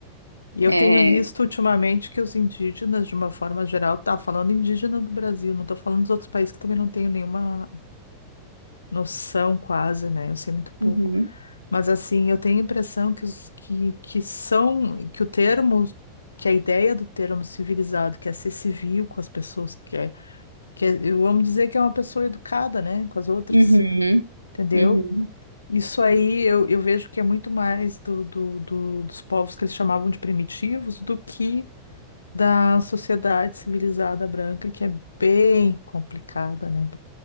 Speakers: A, on the left; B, on the right.
A: E eu
B: é...
A: tenho visto ultimamente que os indígenas, de uma forma geral, tá falando indígena do Brasil, não tô falando dos outros países que também não tenho nenhuma noção quase, né? Eu sei muito pouco.
B: Uhum,
A: Mas assim, eu tenho a impressão que os que, que são, que o termo, que a ideia do termo civilizado, que é ser civil com as pessoas, que é, que é- eu amo dizer que é uma pessoa educada, né, com as outras,
B: uhum,
A: entendeu?
B: uhum.
A: Isso aí eu, eu vejo que é muito mais do, do, do- dos povos que eles chamavam de primitivos do que da sociedade civilizada branca, que é bem complicada, né?